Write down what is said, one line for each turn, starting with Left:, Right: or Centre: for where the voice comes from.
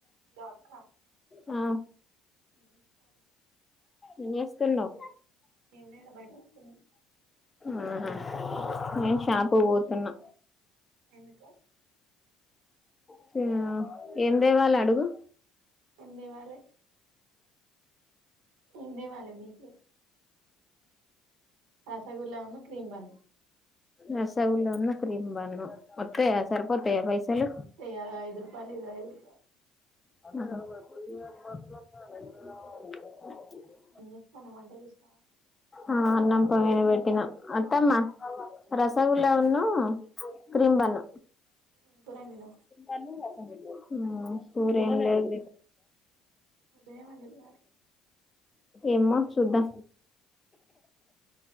Right: Hello అక్క
Left: ఆ
Right: ఏం చేస్తా
Left: ఏం చేస్తునవ్
Right: ఏం లే ఇడ బయట కుకున్నాం
Left: ఆహా నేను షాపు పోతున్నా
Right: ఎందుకు
Left: తే ఏం దేవాలా అడుగు
Right: ఏం దేవాలే ఏం తేవాలే నీకే రసగుల్లాను క్రీమ్ బన్
Left: రసగుల్లాను క్రీమ్ బన్ను వత్తాయా సరిపోతాయా పైసలు
Right: హె అది ఐదు రూపాయలు ఇది ఐదు రూపా
Left: అహ
Right: నేను చేతన్నావ్ వంట చేసినవా
Left: ఆ అన్నం పొయ్యి మీద పెట్టినా అత్తమ్మా రసగుల్లాను క్రీమ్ బన్
Right: ఏం కూర వండినావ్
Left: ఆ కూర ఏం లేదు
Right: ఉదయం వండిళ్ళు మరి
Left: ఎమ్మా చూద్దా